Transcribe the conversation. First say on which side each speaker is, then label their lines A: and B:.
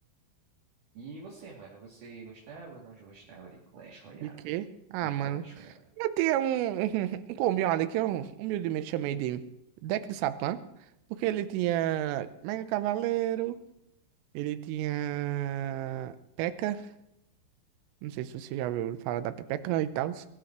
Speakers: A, on the right; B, on the right.
A: E você, mano, você gostava ou não gostava de Clash Royale?
B: De quê? Ah,
A: De
B: mano.
A: Clash Royale.
B: Eu tinha um, <laughs> um combinado que eu humildemente chamei de deck do Sapã, porque ele tinha Mega Cavaleiro, ele tinha P.E.K.K.A. Não sei se você já ouviu falar da Pepeca e tal.